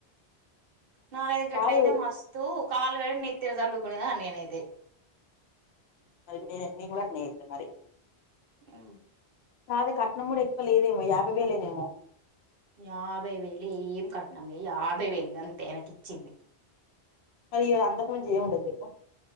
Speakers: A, on the right; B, on the left.
A: మాకైతే గట్ల
B: కాదు
A: అయితే మస్తు కాళ్ళు కడిగి నెత్తిన చల్లుకునే దాన్ని నేనైతే
B: మరి నేనే నేను కూడా అట్ నే చెత్త మరి
A: ఆ
B: అదే కట్నం కూడా ఎక్కువ లేదేమో యాబై వేలేనేమో
A: యాభై వేలు ఏం కట్నంలేదు యాభై వేలు గంతే ఆయనకు ఇచ్చింది
B: మరి అంతకు మించి ఏం ఉండదు చెప్పు